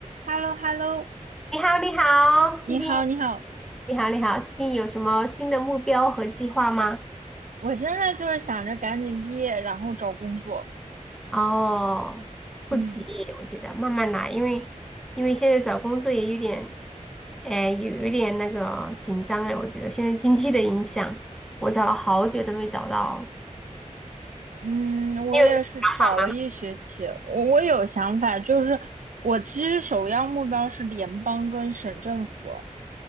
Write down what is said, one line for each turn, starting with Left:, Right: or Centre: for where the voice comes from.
Right: h e l l o h e l l o
Centre: 你好，你好，
Right: 你好，
Centre: 最近
Right: 你好，
Centre: 你好，你好，最近有什么新的目标和计划吗？
Right: 我现在就是想着赶紧毕业，然后找工作。
Centre: 哦，不急，
Right: 嗯
Centre: 我觉得慢慢来，因为因为现在找工作也有点，哎，有有点那个紧张哎，我觉得现在经济的影响，我找了好久都没找到。
Right: 嗯，我也是找了一学期，
Centre: 你有什么想法吗？
Right: 我我有想法，就是我其实首要目标是联邦跟省政府，